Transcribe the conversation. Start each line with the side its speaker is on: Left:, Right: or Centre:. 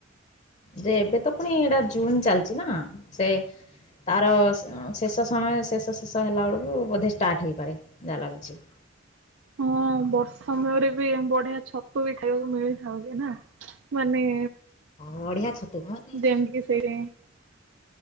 Left: ଯେ ଏବେ ତ ପୁଣି ଏଟା ଜୁନ ଚାଲିଛି ନା ସେ ତାର ଶେଷ ସମୟ ଶେଷ ଶେଷ ହେଲା ବେଳକୁ ବୋଧେ ଷ୍ଟାର୍ଟ ହେଇପାରେ ଯାହା ଲାଗୁଚି।
Right: ହଁ ବର୍ଷା ମେୟରେ ବି ବଢିଆ ଛତୁ ବି ଖାଇବାକୁ ମିଳିଥାଉ ଯେ ନାଁ। ମାନେ
Left: ବଢିଆ ଛତୁ ଭ
Right: <unintelligible>